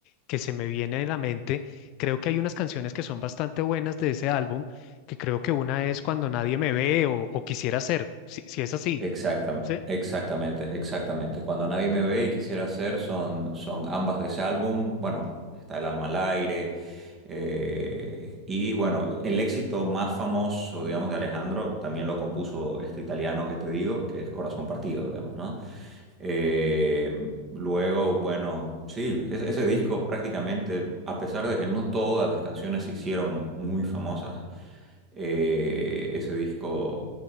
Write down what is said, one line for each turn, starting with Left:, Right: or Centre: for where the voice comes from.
Left: que se me viene de la mente, creo que hay unas canciones que son bastante buenas de ese álbum, que creo que una es Cuando nadie me ve o, o quisiera ser, si, si es así,
Right: Exactam-
Left: ¿sí?
Right: exactamente, exactamente. Cuando nadie me ve y quisiera hacer son, son ambas de ese álbum. Bueno, está El alma al aire. eh, y bueno, el éxito más famoso, digamos, de Alejandro también lo compuso este italiano que te digo, que es Corazón Partido, digamos, ¿no? Eh, luego, bueno, sí, ese, ese disco prácticamente, a pesar de que no todas las canciones se hicieron muy famosas, eh, ese disco